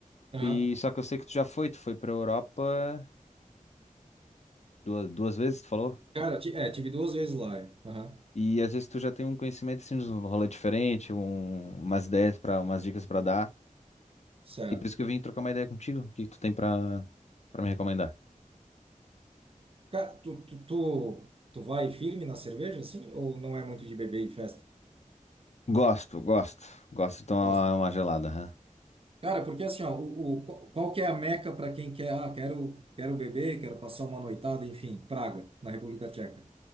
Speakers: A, on the right; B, on the left.
A: aham.
B: E só que eu sei que tu já foi, tu foi pra Europa duas, duas vezes, tu falou?
A: Cara, ti- é, tive duas vezes lá. é. Aham,
B: E às vezes tu já tem um conhecimento assim, de um rolê diferente, um- umas ideias para, umas dicas pra dar.
A: certo.
B: E por isso que eu vim trocar uma ideia contigo. O que tu tem pra para me recomendar?
A: Cara, tu, tu, tu, tu vai firme na cerveja, assim? Ou não é muito de beber e festa?
B: Gosto, gosto. Gosto de tomar
A: Gosta?
B: uma gelada, hã?
A: Cara, porque assim, ó, o, o, qual qual que é a meca para quem quer, ah, quero, quero beber, quero passar uma noitada, enfim, Praga, na República Tcheca.